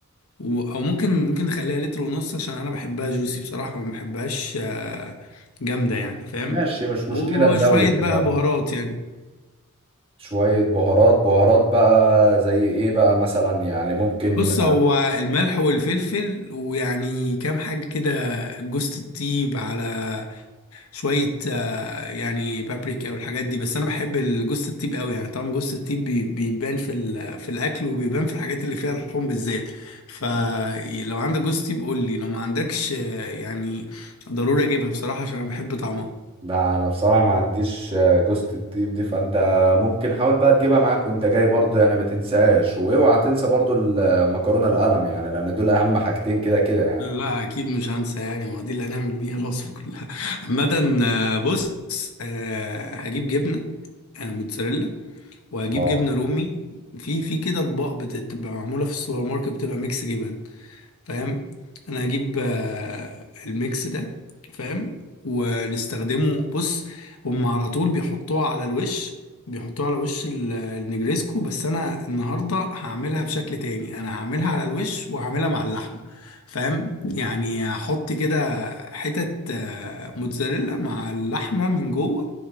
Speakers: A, on the left (about 75°); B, on the right (about 25°).
A: و... او ممكن ممكن نخليها لتر ونص عشان انا بحبها جوسي بصراحة ما بحبهاش آه جامدة يعني فاهم
B: ماشي مش مشكله
A: وشوية
B: نزود في
A: بقى
B: اللبن
A: بهارات يعني
B: شوية بهارات بهارات بقى زي ايه بقى مثلا يعني ممكن
A: بص هو الملح والفلفل ويعني كام حاجة كده جوزة الطيب على شوية آه، يعني بابريكا والحاجات دي بس أنا بحب الجوز الطيب قوي يعني طبعا جوز الطيب بي- بيبان في ال- في الأكل وبيبان في الحاجات اللي فيها لحوم بالذات فلو عندك جوز طيب قول لي لو ما عندكش آه، يعني ضروري أجيبها بصراحة عشان أنا بحب طعمها
B: ده انا بصراحة ما عنديش آه، جوزة الطيب دي فانت ممكن حاول بقى تجيبها معاك وانت جاي برضو يعني ما تنساهاش واوعى تنسى برضو المكرونة القلم يعني لان دول اهم حاجتين كده كده يعني
A: لا أكيد مش هنسى يعني ما دي اللي هنعمل بيها الوصفة كلها <laughs> عامة آه، بص آه، هجيب جبنة آه، موتزاريلا وهجيب
B: اه
A: جبنة رومي في في كده أطباق بت- بتبقى معمولة في السوبر ماركت بتبقى ميكس جبن فاهم انا هجيب آه، الميكس ده فاهم ونستخدمه بص هم على طول بيحطوها على الوش بيحطوها على وش ال- النجريسكو بس انا النهارده هعملها بشكل تاني انا هعملها على الوش وهعملها مع اللحمه فاهم يعني هحط كده حتت آه، موتزاريلا مع اللحمه من جوه